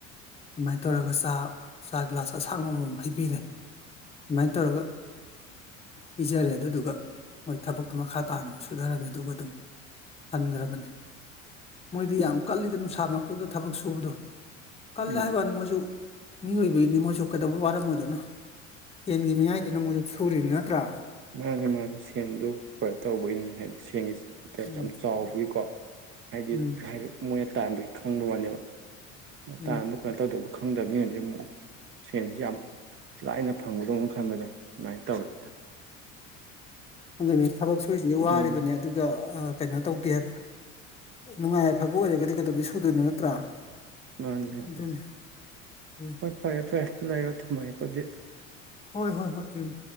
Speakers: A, on the left; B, on the right.
A: ꯑꯗꯨꯃꯥꯏꯅ ꯇꯧꯔꯒ ꯆꯥ ꯆꯥ ꯒ꯭ꯂꯥꯁ ꯑꯁꯥꯡꯕꯃꯝ ꯍꯩꯕꯤꯔꯦ ꯑꯗꯨꯃꯥꯏꯅ ꯇꯧꯔꯒ ꯄꯤꯖꯔꯦ ꯑꯗꯨꯗꯨꯒ ꯃꯣꯏ ꯊꯕꯛꯇꯣ ꯃꯈꯥ ꯇꯥꯅ ꯑꯃꯨꯛ ꯁꯨꯊꯔꯝꯃꯦ ꯑꯗꯨꯒ ꯑꯗꯨꯝ ꯍꯟꯈ꯭ꯔꯕꯅꯤ ꯃꯣꯏꯗꯤ ꯌꯥꯝ ꯀꯜꯂꯤꯗ ꯅꯨꯡꯁꯥꯃꯛꯇꯨꯗ ꯊꯕꯛ ꯁꯨꯕꯗꯣ ꯀꯜꯂꯦ
B: ꯎꯝ
A: ꯍꯥꯏꯕ ꯋꯥꯅꯤ ꯃꯣꯏꯁꯨ ꯃꯤꯏꯕꯒꯤꯅꯤ ꯃꯣꯏꯁꯨ ꯀꯩꯗꯧꯕ ꯋꯥꯔꯝ ꯑꯣꯏꯗꯣꯏꯅꯣ ꯁꯦꯟꯒꯤ ꯃꯌꯥꯏꯗꯨꯅ ꯃꯣꯏꯁꯨ ꯁꯨꯔꯤꯅꯤ ꯅꯠꯇ꯭ꯔꯥ
B: ꯃꯥꯅꯦ ꯃꯥꯅꯤ ꯁꯦꯟꯗꯨ ꯀꯩꯅꯣ ꯇꯧꯕꯒꯤꯅꯤꯅꯦ ꯍꯥꯏꯕꯗꯤ ꯁꯦꯟꯒꯤ
A: ꯎꯝ
B: ꯌꯥꯝ ꯆꯥꯎꯕꯒꯤꯀꯣ ꯍꯥꯏꯗꯤ
A: ꯎꯝ
B: ꯍꯥꯏꯗꯤ ꯃꯣꯏꯅ ꯇꯥꯝꯕꯒꯤ ꯈꯪꯕ ꯋꯥꯅꯦꯕ
A: ꯎꯝ
B: ꯇꯥꯥꯟꯕ ꯀꯩꯅꯣ ꯇꯧꯗꯕ ꯈꯪꯗꯕ ꯃꯤꯅꯗꯤ ꯁꯤ ꯑꯃꯨꯛ ꯁꯦꯟꯁꯤ ꯌꯥꯝ ꯂꯥꯏꯅ ꯐꯪꯕꯗꯧꯅ ꯈꯟꯕꯗꯣ ꯑꯗꯨꯃꯥꯏꯅ ꯇꯧꯔꯤꯦꯗ
A: ꯑꯗꯨꯅꯦ ꯊꯕꯛ ꯁꯨꯔꯤꯁꯤꯁꯤ ꯋꯥꯔꯤꯕꯅꯤ
B: ꯎꯝ
A: ꯑꯗꯨꯒ ꯀꯩꯅꯣ ꯇꯧꯗꯦ ꯍꯥꯏꯕ ꯅꯨꯡꯉꯥꯏ ꯌꯥꯏꯐꯕ ꯑꯣꯏꯔꯒꯗꯤ ꯀꯩꯗꯧꯕꯩ ꯁꯨꯗꯣꯏꯅꯣ ꯅꯠꯇ꯭ꯔꯥ
B: ꯃꯥꯅꯤ ꯃꯥꯅꯤ
A: ꯑꯗꯨꯅꯤ ꯎꯝ
B: ꯍꯣꯏ ꯐꯔꯦ ꯐꯔꯦ ꯂꯩꯔꯣ ꯊꯝꯃꯒꯦꯀꯣꯗꯤ
A: ꯍꯣꯏ ꯍꯣꯏ ꯍꯣꯏ ꯎꯝ